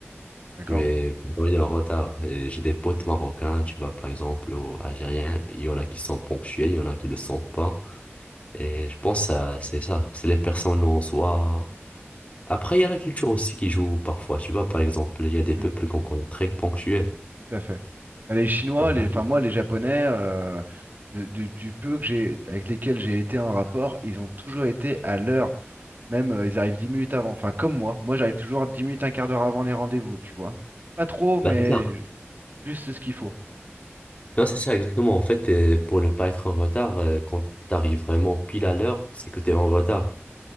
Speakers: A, on the right; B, on the left.
A: D'accord?
B: mais pourtant, il est en retard. Et j'ai des potes marocains, tu vois, par exemple, ou algériens. Il y en a qui sont ponctuels, il y en a qui le sont pas. Et je pense que c'est ça. C'est les personnes en soi. Après, il y a la culture aussi qui joue parfois. Tu vois, par exemple, il y a des
A: Mm,
B: peuples qu'on connaît très ponctuels.
A: Tout à fait. Bah, les Chinois,
B: Par exemple,
A: les, enfin moi, les Japonais, euh, de- du, du peu que j'ai, avec lesquels j'ai été en rapport, ils ont toujours été à l'heure. Même euh, ils arrivent 10 minutes avant. Enfin, comme moi. Moi, j'arrive toujours 10 minutes, un quart d'heure avant les rendez-vous, tu vois. Pas trop, mais
B: bah, c'est ça.
A: ju- juste ce qu'il faut.
B: Non, c'est ça, exactement. En fait, euh, pour ne pas être en retard, euh, quand t'arrives vraiment pile à l'heure, c'est que t'es en retard.